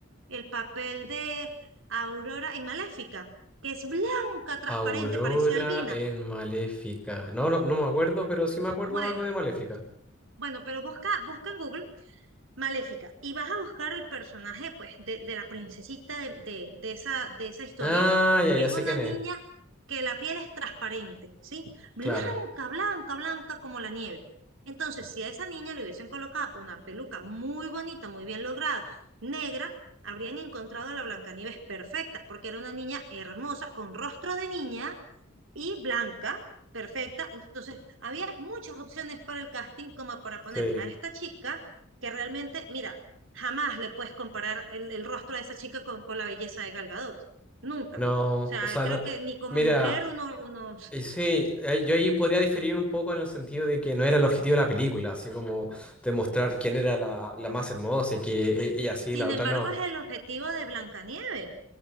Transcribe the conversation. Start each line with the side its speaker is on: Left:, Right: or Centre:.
Right: el papel de Aurora en Maléfica? que es blanca, transparente,
Centre: Aurora
Right: parecía albina.
Centre: en Maléfica. No, no, no me acuerdo, pero sí me acuerdo
Right: Bueno,
Centre: de algo de Maléfica.
Right: Bueno, pero busca, busca en Google Maléfica y vas a buscar el personaje, pues, de, de la princesita de, de- de esa, de esa historia.
Centre: Ah, ya,
Right: Es
Centre: ya sé
Right: una
Centre: quién
Right: niña
Centre: es.
Right: que la piel es transparente, ¿sí? Blanca,
Centre: Claro.
Right: blanca, blanca como la nieve. Entonces, si a esa niña le hubiesen colocado una peluca muy bonita, muy bien lograda, negra, habrían encontrado a la Blancanieves perfecta, porque era una niña hermosa, con rostro de niña, y blanca, perfecta. Entonces, había muchas opciones para el casting como para poner
Centre: Sí.
Right: a esta chica que realmente, mira, jamás le puedes comparar el, el rostro de esa chica con, con la belleza de Gal Gadot. Nunca.
Centre: No,
Right: O sea,
Centre: o sea,
Right: creo
Centre: no.
Right: que ni como
Centre: Mira,
Right: mujer uno, uno...
Centre: y sí, ahí- yo ahí podría diferir un poco en el sentido de que no era el objetivo de la película, así como demostrar quién era la, la más hermosa y que e- ella sí,
Right: Sin
Centre: la otra
Right: embargo,
Centre: no.
Right: es el objetivo de Blancanieves.